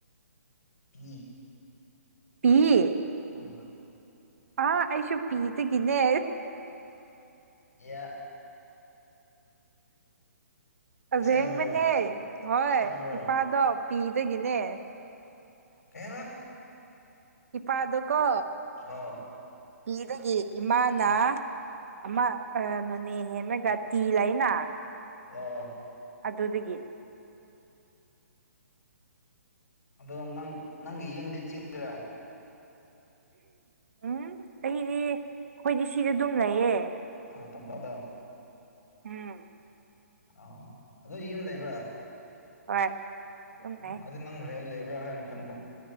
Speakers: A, on the left; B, on the right.
A: ꯃꯤ
B: ꯇꯤ
A: ꯑ
B: ꯑꯥ ꯑꯩꯁꯨ ꯄꯤꯗꯨꯒꯤꯅꯦ
A: ꯏ
B: ꯑꯁꯦꯡ
A: ꯑꯁꯦꯡꯕ꯭ꯔꯣ
B: ꯕꯅꯦ ꯍꯣꯏ
A: ꯑꯁꯦꯡꯕ꯭ꯔꯣ
B: ꯏꯄꯥꯗ ꯄꯤꯗꯒꯤꯅꯦ
A: ꯀ
B: ꯏꯄꯥ ꯑꯗꯨꯀꯣ
A: ꯑ
B: ꯄꯤꯗꯒꯤ ꯏꯃꯥꯅ ꯑꯃ ꯅꯣꯅꯤ ꯒꯤ ꯒꯥꯇꯤ ꯂꯩꯅ
A: <inaudible>
B: ꯑꯗꯨꯗꯒꯤ
A: ꯑꯗꯣ ꯅꯪ ꯅꯪ ꯌꯨꯝꯗꯤ ꯆꯤꯗ꯭ꯔ
B: ꯎꯝ ꯑꯩꯗꯤ ꯑꯩꯈꯣꯏꯗꯤ ꯁꯤꯗ ꯗꯨꯝ ꯂꯩꯌꯦ
A: ꯑꯥꯎ ꯇꯝꯄꯗ
B: ꯎꯝ
A: ꯑ ꯑꯗꯨ ꯌꯨꯝ ꯂꯩꯕ꯭ꯔ
B: ꯍꯣꯏ ꯑꯗꯨꯝ
A: ꯑꯣ
B: ꯂꯩ
A: ꯑꯗꯨꯗꯤ ꯅꯪ ꯍꯦꯟ ꯂꯩꯕ꯭ꯔꯥ ꯍꯥꯏꯅ ꯈꯟꯕ꯭ꯔ